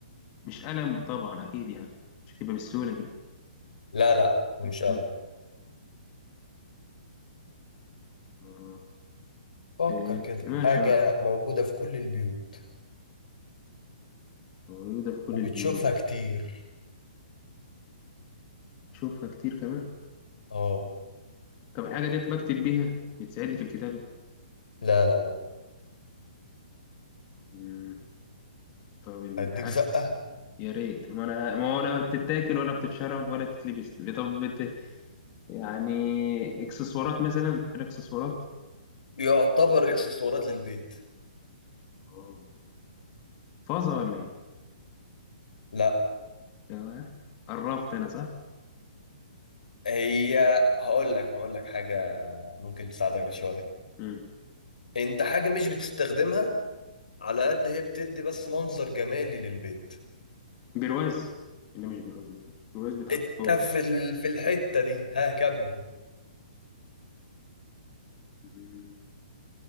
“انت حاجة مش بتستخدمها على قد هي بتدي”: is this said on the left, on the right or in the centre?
Left